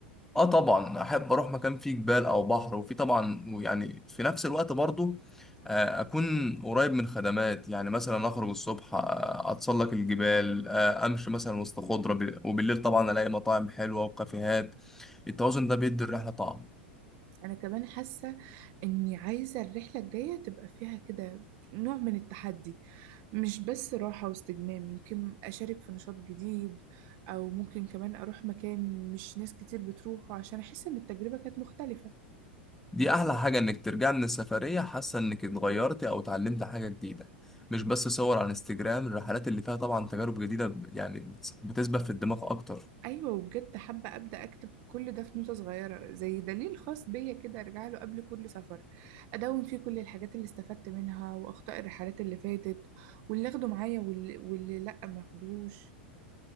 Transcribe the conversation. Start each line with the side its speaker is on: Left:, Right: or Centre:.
Centre: اه طبعا احب اروح مكان فيه جبال او بحر وفي طبعا ويعني في نفس الوقت برضو آه، اكون قريب من خدمات يعني مثلا اخرج الصبح آه، اتسلق الجبال آه، امشي مثلا وسط خضره ب- وبالليل طبعا الاقي مطاعم حلوه وكافيهات التوازن ده بيدي الرحله طعم
Right: انا كمان حاسه اني عايزه الرحله الجايه تبقى فيها كده نوع من التحدي مش بس راحه واستجمام يمكن اشارك في نشاط جديد او ممكن كمان اروح مكان مش ناس كتير بتروحه عشان احس ان التجربه كانت مختلفه
Centre: دي احلى حاجه انك ترجع من السفريه حاسه انك اتغيرتي او اتعلمت حاجه جديده مش بس صور على انستجرام الرحلات اللي فيها طبعا تجارب جديده يعني بتس- بتسبح في الدماغ اكتر
Right: ايوه وبجد حابه ابدا اكتب كل ده في نوتة صغيره زي دليل خاص بيا كده ارجع له قبل كل سفر ادون فيه كل الحاجات اللي استفدت منها واخطاء الرحلات اللي فاتت واللي اخده معايا واللي, واللي لا ما اخدهوش